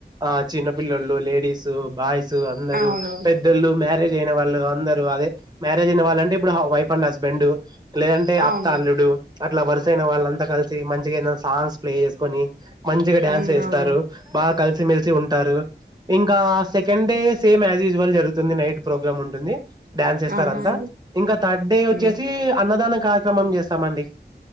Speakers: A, on the right; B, on the right.
A: ఆ చిన్న పిల్లొలు, లేడీస్, బాయ్స్. సు అందరు
B: అవునవును
A: పెద్దోళ్ళు, మ్య ఏజ్ అయినా వాళ్ళు అందరు అదే, మ్యారేజ్ అయిన వాళ్ళంటే, హా ఇప్పుడు వైఫ్ అండ్ హస్బెండు. లేదంటే
B: అవును
A: అత్త, అల్లుడు. అట్లా వరుసైన వాళ్ళంతా కలిసి, మంచిగా ఏదన్నా సాంగ్స్ ప్లే చేసుకొని. మంచిగా డ్యాన్స్
B: ఉమ్
A: వేస్తారు.
B: అవును
A: బాత్ కలిసిమెలిసి ఉంటారు. ఇంకా second day same usual జరుగుతుంది, నైట్ ప్రోగ్రామ్ ఉంటుంది. డ్యాన్స్ ఏస్తారు
B: అవునా
A: అంతా.
B: అండి
A: ఇంకా థర్డ్ డే ఓచ్చేసి
B: ఉమ్
A: అన్నదానక్. కార్యక్రమం చేస్తామండి.